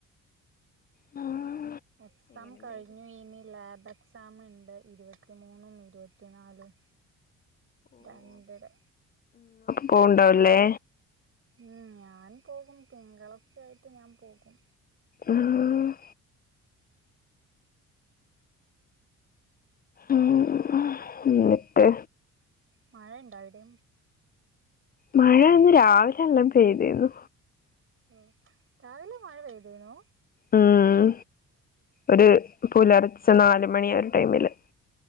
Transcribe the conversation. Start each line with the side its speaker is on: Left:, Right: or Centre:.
Left: മ്മ്
Right: എക്സാം കഴിഞ്ഞു ഇനി ലാബ് എക്സ് ക്സാമ് ണ്ട് ഇരുപത്തിമൂന്നും ഇരുപത്തിനാലും രണ്ട് ഡേ
Left: പോവ്ണ്ടാവല്ലേ
Right: ഉം ഞാൻ പോകും തിങ്കളൊക്കെ ആയിട്ട് ഞാൻ പോകും
Left: ആഹ ഉം എന്നിട്ട്
Right: മഴ ഇണ്ടാ അവിടെ
Left: മഴ ഇന്ന് രാവിലെ എല്ലം പെയ്തിനു
Right: ഓ രാവിലെ മഴ പെതേനു
Left: ഉം ഒരു പുലർച്ച നാല് മണി ഒരു ടൈമില്